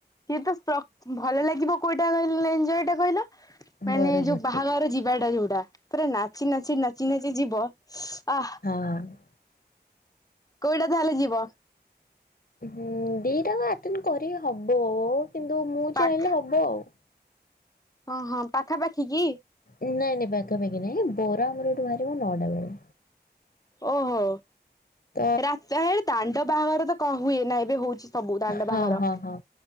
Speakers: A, on the left; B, on the left.
A: କିନ୍ତୁ ପ୍ରକ୍ ଭଲ ଲାଗିବ କୋଉଟା କହିଲେ ଏଞ୍ଜଏ ଟା କହିଲ? ମାନେ
B: ବରଯାତ୍ରୀଟେ
A: ଯୋଉ ବାହାଘର ଯିବାଟା ଯୋଉଟା ପୁରା ନାଚି ନାଚି ନାଚି ନାଚି ନାଚି ଯିବ ଆ
B: ହଁ।
A: କୋଉଟା ତାହେଲେ ଯିବ?
B: ହଁ ଦିଟା ଙ୍କ ଆଟେଣ୍ଡ କରିହବ କିନ୍ତୁ ମୁଁ
A: ପାଖ
B: ଚାହିଁଲେ ହବ ଆଉ।
A: ହଁ ହଁ ପାଖାପାଖି କି?
B: ନାଇଁ ନାଇଁ ପାଖାପାଖି ନାଇଁ ବର ଆମର ଏଠୁ ବାହାରିବ ନଅଟା ବେଳେ।
A: ଓହୋ
B: ତ
A: ରାତିଆରେ ଦାଣ୍ଡ ବାହାଘର ତ କଁ ହୁଏ ନା ଏବେ ହଉଛି। ସବୁ ଦାଣ୍ଡ
B: ହଁ
A: ବାହାଘର
B: ହଁ ହଁ